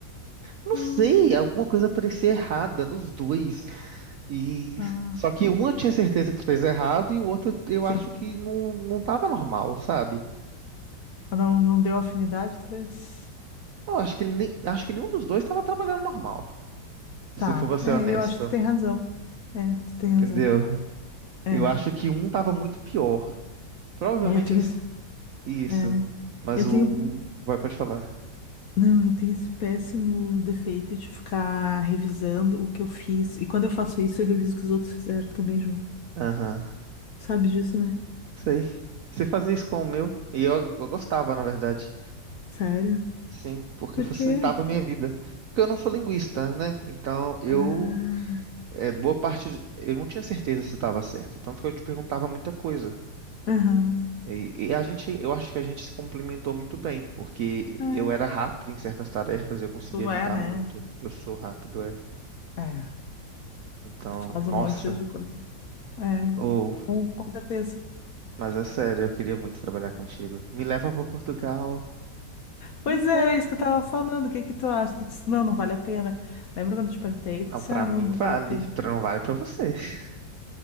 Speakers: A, on the right; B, on the left.
A: Não
B: hum,
A: sei, alguma coisa parecia errada nos dois. E
B: ah,
A: só que um eu tinha certeza que fez errado e o outro eu
B: sim.
A: eu acho que não, não tava normal, sabe?
B: Não, não deu afinidade, talvez.
A: Eu acho que ele nem, acho que nenhum dos dois tava trabalhando normal.
B: Tá,
A: Se for pra ser
B: é,
A: honesto,
B: eu acho que tu tem razão. É, tu tem
A: entendeu?
B: razão. É,
A: Eu acho que um tava muito pior. Provavelmente
B: é, eu tenho
A: eles
B: esse,
A: isso,
B: é,
A: mas
B: eu
A: o
B: tenho,
A: vai pode falar.
B: não, eu tenho esse péssimo defeito de ficar revisando o que eu fiz. E quando eu faço isso, eu reviso o que os outros fizeram também, João
A: Aham.
B: Sabe disso, né?
A: Sei. Você fazia isso com o meu e eu eu gostava, na verdade.
B: Sério?
A: Sim, porque
B: Por
A: facilitava
B: quê?
A: a minha vida. Porque eu não sou linguista, né? Então eu,
B: Ah,
A: é, boa parte, de- eu não tinha certeza se estava certo, tanto que eu te perguntava muita coisa.
B: aham.
A: E, e a gente, eu acho que a gente se complementou muito bem, porque
B: É,
A: eu era rápido em certas tarefas, eu conseguia
B: tu
A: ajudar
B: é, né?
A: muito. Eu sou rápido, é.
B: É,
A: Então,
B: tu faz
A: nossa,
B: um monte de coisa. É,
A: ou,
B: com, com certeza.
A: mas é sério, eu queria muito trabalhar contigo. Me leva para Portugal.
B: Pois
A: Me leva.
B: é, era isso que eu tava falando. O que que tu acha? Tu disse, não, não vale a pena. Lembra quando eu te perguntei?
A: Não,
B: Tu disse,
A: para
B: ah,
A: mim
B: não, não
A: vale,
B: vale a pena.
A: para não vale para você. <laughs>